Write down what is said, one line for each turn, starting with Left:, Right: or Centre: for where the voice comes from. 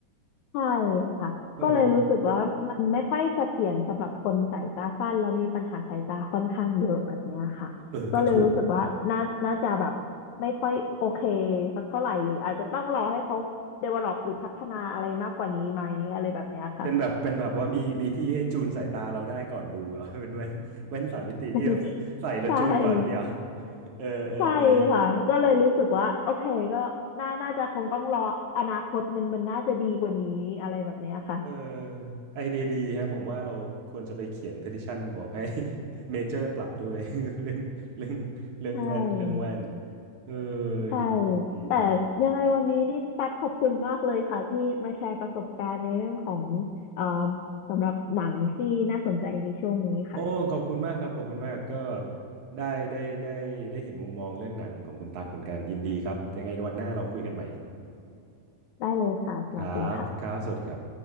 Left: ใช่ค่ะก็เลยรู้สึกว่ามันไม่ค่อยเสถียรสำหรับคนสายตาสั้นแล้วมีปัญหาสายตาค่อนข้างเยอะแบบเนี้ยค่ะก็เลยรู้สึกว่าน่าน่าจะแบบไม่ค่อยโอเค
Right: เออเออก็ถูก
Left: สักเท่าไหร่หรืออาจจะต้องรอให้เขา develop หรือพัฒนาอะไรมากกว่านี้ไหมอะไรแบบเนี้ยค่ะ
Right: เป็นแบบเป็นแบบว่ามีมีที่ให้จูนสายตาเราได้ก่อนดูเหรอ <laughs> เป็นแว่นแว่นสามมิติที่แบบใส่แล้วจูนก่อนเงี้ยเหรอ
Left: <laughs> ใช่
Right: เออเออเออ
Left: ใช่ค่ะก็เลยรู้สึกว่าโอเคก็น่าน่าจะคงต้องรออนาคตมันมันน่าจะดีกว่านี้อะไรแบบเนี้ยค่ะ
Right: เออไอเดียดีฮะผมว่าเราควรจะไปเขียน petition บอกให้ <laughs> เมเจอร์ปรับด้วย <laughs> เรื่องเรื่องเรื่องแว่นเรื่องแว่น
Left: ใช่
Right: เออ
Left: ใช่
Right: ดีดีดี
Left: แต่ยังไงวันนี้นี่ตักขอบคุณมากเลยค่ะที่มาแชร์ประสบการณ์ในเรื่องของเอ่อสำหรับหนังที่น่าสนใจในช่วงนี้ค่ะ
Right: โอ้ขอบคุณมากครับขอบคุณมากก็ได้ได้ได้ได้เห็นมุมมองเรื่องหนังของคุณตั๊กเหมือนกันยินดีครับยังไงวันหน้าเราคุยกันใหม่
Left: ได้เลยค่ะสวัสดีค่ะ
Right: ครับครับสวัสดีครับ